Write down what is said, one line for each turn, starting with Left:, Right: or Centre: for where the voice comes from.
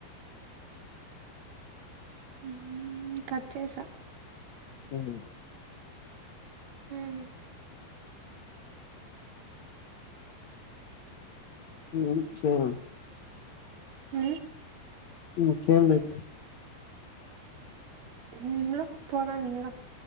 Right: ఊమ్ కట్ చేసా
Left: ఉం
Right: ఊమ్
Left: ఏం చెయ
Right: ఊ
Left: ఇంకేం ఐతే
Right: ఏమ్లా పోదమింగ